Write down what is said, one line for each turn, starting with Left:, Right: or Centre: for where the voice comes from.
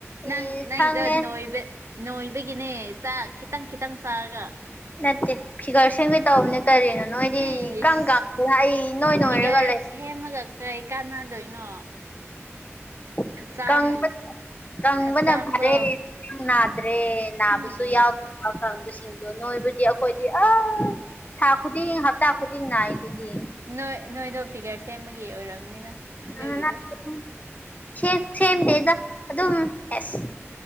Right: ꯅꯪ
Left: ꯑꯦ
Right: ꯅꯪꯗ
Left: ꯈꯪꯉꯦ
Right: ꯅꯣꯏꯕ ꯅꯣꯏꯕꯒꯤꯅꯦ ꯆꯥꯛ ꯈꯤꯇꯪ ꯈꯤꯇꯪ ꯆꯥꯔꯒ
Left: ꯅꯠꯇꯦ ꯐꯤꯒꯔ ꯁꯒ ꯇꯧꯕꯅꯦ ꯀꯔꯤꯅꯣ ꯅꯣꯏꯗꯤ
Right: ꯑꯩꯁ
Left: ꯏ ꯀꯒ ꯑꯗꯨ ꯑꯩ ꯅꯣꯏ ꯅꯣꯏꯔꯒ
Right: ꯐꯤꯒꯔ
Left: ꯂꯩ
Right: ꯁꯦꯝꯃꯒ ꯀꯔꯤ ꯀꯥꯟꯅꯗꯣꯏꯅꯣ
Left: ꯎ
Right: ꯍꯛꯆꯥꯡ
Left: ꯀꯪ ꯀꯪꯕꯅ
Right: ꯍꯛꯆꯥꯡꯗꯣ
Left: ꯐꯔꯦ ꯅꯥꯗ꯭ꯔꯦ ꯅꯥꯕꯁꯨ
Right: ꯎꯝ
Left: ꯌꯥꯎ ꯀꯪꯕꯁꯤꯡꯗꯣ ꯅꯣꯏꯕꯨꯗꯤ ꯑꯩꯈꯣꯏꯗꯤ ꯑ ꯊꯥ ꯈꯨꯗꯤꯡ ꯍꯞꯇꯥ ꯈꯨꯗꯤꯡꯅꯏ ꯑꯗꯨꯗꯤ
Right: ꯅꯣꯏ ꯅꯣꯏꯗꯣ ꯐꯤꯒꯔ ꯁꯦꯝꯕꯒꯤ ꯑꯣꯏꯔꯝꯅꯤꯅ ꯑꯗꯨꯒꯤꯗꯣ
Left: ꯑ ꯁꯦꯝꯗꯦꯗ ꯑꯗꯨꯝ ꯌꯦꯁ